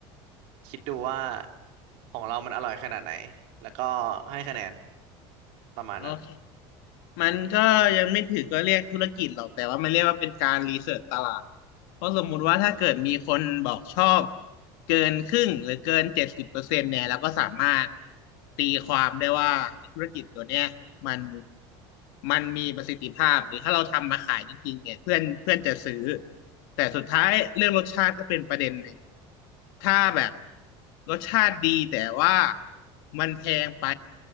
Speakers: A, on the right (about 65°); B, on the left (about 70°).
A: คิดดูว่าของเรามันอร่อยขนาดไหนแล้วก็ให้คะแนนประมาณนั้น
B: โอเคมันก็ยังไม่ถือก็เรียกธุรกิจหรอกแต่ว่ามันเรียกว่าเป็นการรีเสิร์ชตลาดเพราะสมมุติว่าถ้าเกิดมีคนบอกชอบ เกินครึ่งหรือเกินเจ็ดสิบเปอร์เซ็นต์เนี่ยเราก็สามารถตีความได้ว่าไอ้ธุรกิจตัวเนี้ยมันมันมีประสิทธิภาพหรือถ้าเราทำมาขายจริงๆเนี่ยเพื่อนเพื่อนจะซื้อแต่สุดท้ายเรื่องรสชาติก็เป็นประเด็นหนึ่งถ้าแบบรสชาติดีแต่ว่ามันแพงไป